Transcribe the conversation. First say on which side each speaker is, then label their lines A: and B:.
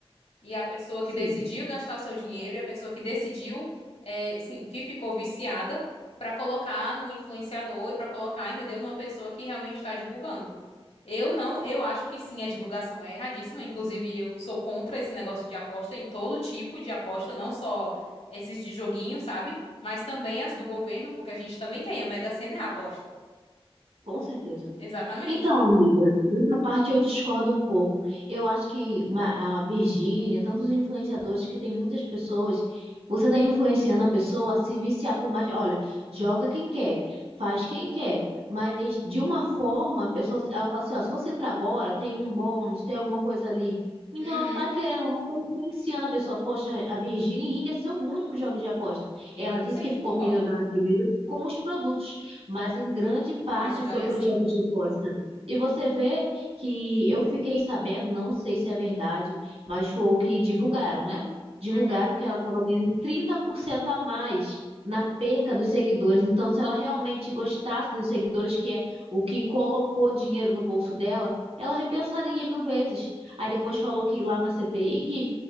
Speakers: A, on the left (about 80°); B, on the right (about 80°).
A: e a pessoa
B: Sim,
A: que decidiu gastar o seu dinheiro e a pessoa que decidiu, é, sim, que ficou viciada pra colocar no influenciador e pra colocar, entendeu, numa pessoa que realmente está divulgando. Eu não, eu acho que sim, a divulgação é erradíssima. Inclusive, eu sou contra esse negócio de aposta em todo tipo de aposta, não só esses de joguinho, sabe? Mas também as do governo, porque a gente também tem, a Mega Sena é aposta.
B: com certeza.
A: Exatamente.
B: Então, amiga, dessa parte eu discordo um pouco. Eu acho que uma- a Virgínia, tantos influenciadores que tem muitas pessoas, você está influenciando a pessoa a se viciar por mais. Olha, joga quem quer, faz quem quer. Mas de uma forma, a pessoa, ela fala assim, ó, se você entrar agora, tem um bônus, tem alguma coisa ali. Então
A: Uhum.
B: ela tá querendo, não tá influenciando a pessoa. Poxa, a Virgínia enriqueceu muito com os jogos de aposta. Ela disse
A: Sim,
B: que ficou
A: concordo.
B: milionária primeiro com os produtos mas em grande parte
A: Mas ganha
B: foi pelos
A: sim.
B: jogos de aposta. E você vê que eu fiquei sabendo, não sei se é verdade, mas foi o que divulgaram, né? Divulgaram
A: Uhum.
B: que ela estava ganhando 30% a mais na perca dos seguidores. Então, se ela realmente gostasse dos seguidores, que é o que colocou dinheiro no bolso dela, ela repensaria mil vezes. Aí depois falou que lá na CPI que,